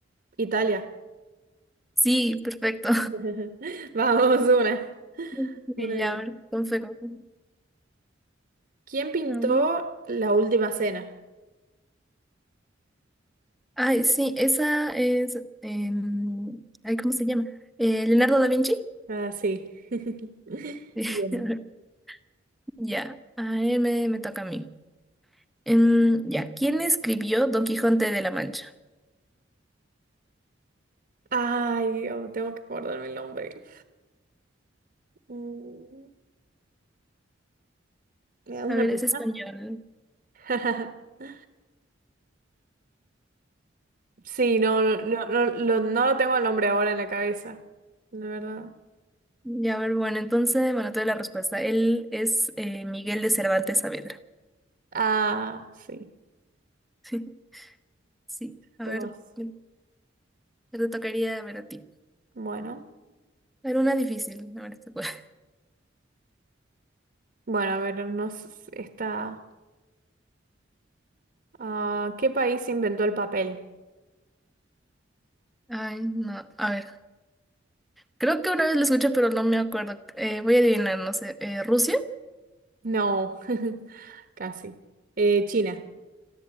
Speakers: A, on the right; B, in the centre.
A: Italia.
B: Sí, perfecto.
A: <laughs> Vamos, una.
B: <laughs>
A: Una
B: Y ya,
A: bien.
B: a ver, con fe- con fe.
A: ¿Quién pintó
B: a ver.
A: La Última Cena?
B: Ay, sí, esa es. em, ay, ¿cómo se llama? Eh, Leonardo da Vinci.
A: Ah, sí. <laughs>
B: <laughs>
A: Bien.
B: Ya, a ver, me, me toca a mí. Em, ya, ¿quién escribió Don Quijote de la Mancha?
A: Ay, oh, tengo que acordarme el nombre. Mm, ¿Me das una
B: A ver,
A: pista?
B: es español.
A: <laughs> Sí, no, no, no, no, lo no lo tengo el nombre ahora en la cabeza, de verdad.
B: Ya, a ver, bueno, entonces, bueno, te doy la respuesta. Él es eh, Miguel de Cervantes Saavedra.
A: Ah, sí,
B: <laughs> Sí, a
A: Tomás.
B: ver, me- me te tocaría ver a ti.
A: Bueno,
B: A ver, una difícil, a ver si puedo.
A: bueno, a ver, nos está. ah, ¿qué país inventó el papel?
B: <laughs> Ay, no, a ver. Creo que una vez lo escuché, pero no me acuerdo. Eh, voy a adivinar, no sé. eh, ¿Rusia?
A: No, <laughs> casi. Eh, China.